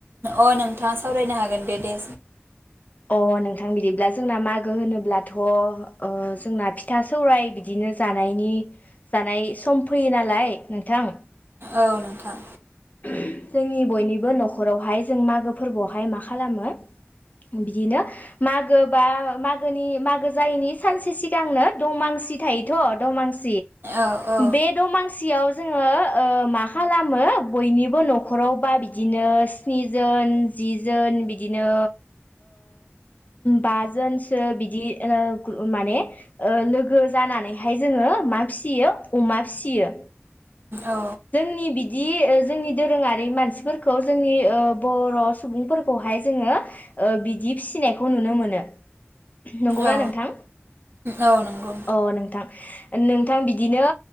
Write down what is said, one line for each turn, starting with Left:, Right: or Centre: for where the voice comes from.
Right: अ नोंथाङा सावरायनो हागोन दे दे।
Left: अ नोंथां बिदिब्ला जोंना मागो होनोब्लाथ ओ जोंना फिथा सौराय बिदिनो जानायनि जानाय सम फैयो नालाय नोंथां
Right: औ नोंथां
Left: जोंनि बयनिबो नखरावहाय जों मागो फोरबोआवहाय मा खालामो बिदिनो मागो बा मागोनि मागो जायैनि सानसे सिगांनो दमांसि थायोथ दमांसि
Right: औ औ
Left: बे दमांसियाव जोङो मा खालामो बयनिबो नखरावबा बिदिनो स्निजोन जि जोन बिदिनो बाजोनसो बिदि माने लोगो जानानैहाय जोङो मा फिसियो अमा फिसियो
Right: औ
Left: जोंनि बिदि बि जोंनि दोरोङारि मानसिफोरखौ जोंनि बर सुबुंफोरखौहाय जोङो बिदि फिसिनायखौ नुनो मोनो नंगौना
Right: औ
Left: नोंथां?
Right: औ नंगौ
Left: अ नोंथां। नोंथां बिदिनो